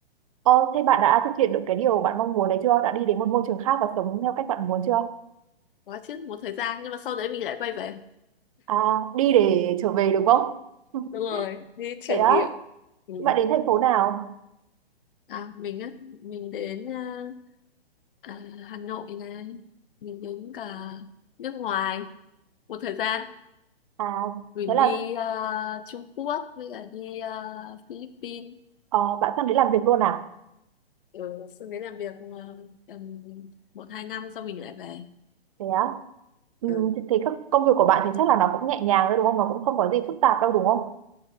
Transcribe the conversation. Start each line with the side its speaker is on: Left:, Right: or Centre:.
Right: Ồ, thế bạn đã thực hiện được cái điều bạn mong muốn đấy chưa đã đi đến một môi trường khác và sống theo cách bạn muốn chưa
Left: quá chứ một thời gian nhưng mà sau đấy mình lại quay về
Right: à đi để trở về được không <laughs>
Left: Đúng rồi, đi trải
Right: thế á
Left: nghiệm. Ừ.
Right: bạn đến thành phố nào
Left: À, mình á, mình đến à, à, Hà Nội này, mình đến cả nước ngoài một thời gian.
Right: à
Left: Mình
Right: thế là
Left: đi à, Trung Quốc với cả đi à, Philippines.
Right: ờ, bạn sang đến làm việc luôn à
Left: Ừ, xong đến làm việc uh, tầm một hai năm sau mình lại về.
Right: thế á Ừ,
Left: Ừ.
Right: thì thì các công việc của bạn thì chắc là nó cũng nhẹ nhàng thôi đúng không? Nó cũng không có gì phức tạp đâu đúng không?